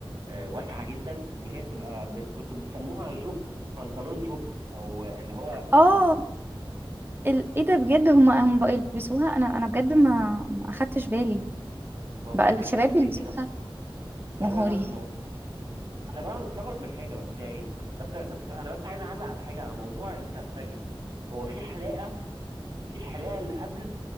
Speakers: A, on the right; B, on the right.
A: آه، واسعه جدا اللي هي بتبقى ب... كنتوا بتسموها جوب بنطلون جوب او اللي هو ال...
B: اه
A: ال...
B: ال- ايه ده بجد هم هم بقوا يلبسوها انا انا بجد ما ما اخدتش بالي
A: بقوا
B: بقى
A: بيلبسوا
B: الشباب
A: حاجه
B: بيلبسوها
A: زي كده لا
B: يا نهاري
A: لا لا المو... انا بقى مستغرب من حاجه بس يعني بس بس انا بس عايز اعلق على حاجه على موضوع السرسجي هو في حلاقه في الحلقه اللي قبل